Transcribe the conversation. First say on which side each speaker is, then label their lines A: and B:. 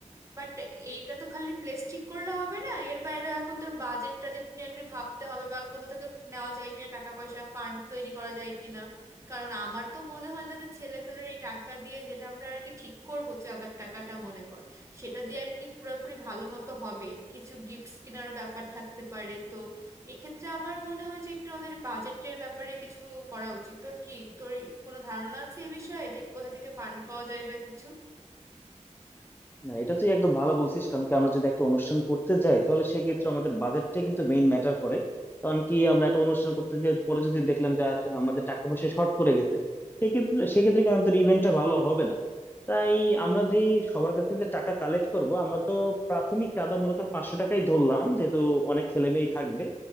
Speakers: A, on the right; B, on the left.
A: বাট এইটা তো খালি প্লেস ঠিক করলে হবে না এর বাইরেও এখন তোর বাজেট টাজেট নিয়ে একটু ভাবতে হবে বা কোথা থেকে নেওয়া যায় কিনা টাকা পয়সা ফান্ড তৈরি করা যায় কিনা কারণ আমার তো মনে হয় না যে ছেলেপেলের এই টাকা দিয়ে যেটা আমরা আর কি ঠিক করবো চাঁদার টাকাটা মনে কর সেটা দিয়ে আর কি পুরোপুরি ভালো মতো হবে কিছু গিফটস কেনারও ব্যাপার থাকতে পারে তো এক্ষেত্রে আমার মনে হয় যে একটু আমাদের বাজেটের ব্যাপারে কিছু করা উচিত তোর কি তোর কোনো ধারণা আছে এ বিষয়ে যে কোথা থেকে ফান্ড পাওয়া যায় বা কিছু
B: না এটা তুই একদম ভালো বলছিস কারণ কি আমরা যদি একটা অনুষ্ঠান করতে যাই তাহলে সেক্ষেত্রে আমাদের বাজেটটাই কিন্তু মেইন ম্যাটার করে কারণ কি আমরা একটা অনুষ্ঠান করতে গিয়ে পরে যদি দেখলাম যে আস- আমাদের টাকা পয়সা শর্ট পড়ে গেছে সেক্ষেত্রে সেক্ষেত্রে কিন্তু আমাদের ইভেন্টটা ভালো হবে না তাই আমরা যে সবার কাছ থেকে টাকা কালেক্ট করব আমরা তো প্রাথমিক চাঁদা মনে কর পাঁচশো টাকাই ধরলাম যেহেতু অনেক ছেলে মেয়েই থাকবে